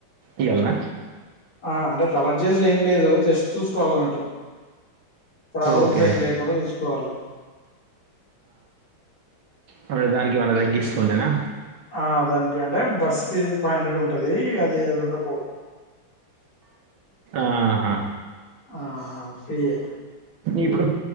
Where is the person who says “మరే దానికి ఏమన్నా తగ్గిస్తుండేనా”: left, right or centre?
Right